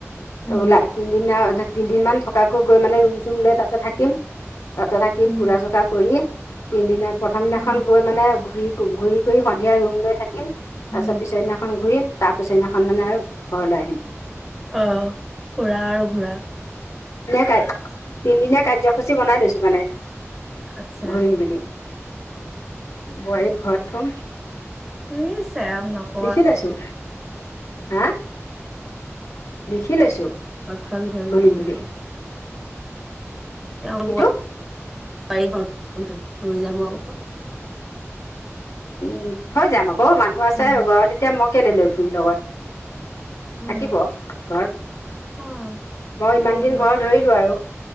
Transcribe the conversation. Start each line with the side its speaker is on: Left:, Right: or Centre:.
Centre: উম
Left: ওলা তিনদিন তিনদিন মমান থকাকৈ গৈ মানে ৰুম চুম লৈ তাতে থাকিম। তাতে থাকি
Centre: উম
Left: ফুৰা চুকা কৰি তিনদিনা প্ৰথম দিনাখন
Centre: উম
Left: গৈ মানে ঘূৰি পোংঘৰিত সন্ধিয়া ৰুম লৈ থাকি তাৰ
Centre: উম।
Left: পিছত পিছদিনা খন ঘূৰিম তাৰ পিছৰ দিনাখন মানে আৰু ঘৰলৈ আহিম।
Centre: আহ ফুৰা আৰু ঘূৰা
Left: কাই তিনিদিনীয়া কাৰ্যসূচী বনাই লৈছো মানে
Centre: আচ্ছা
Left: ঘূৰিম বুলি বোৱাৰীক ঘৰত থম
Centre: নি চৰাম নক
Left: দেখি লৈছোঁ, হা দেখি লৈছো
Centre: খোৱাবি ধৰিলো
Left: ঘূৰিম
Centre: এইবোৰ
Left: বুলি
Centre: লগত তেওঁ
Left: কিটো
Centre: ঘৰ ভিতৰত লৈ যাব, আকৌ
Left: উম থৈ যাম আকৌ অ', মানুহ আছে
Centre: উম,
Left: ঘৰত। তেতিয়া মোক কেলে লৈ ফুৰিম লগত?
Centre: উম,
Left: থাকিব। ঘৰত।
Centre: অ,
Left: মই
Centre: সেইটো
Left: ইমান
Centre: হয়
Left: দিন
Centre: বাৰু
Left: ঘৰ ধৰিলো আৰু।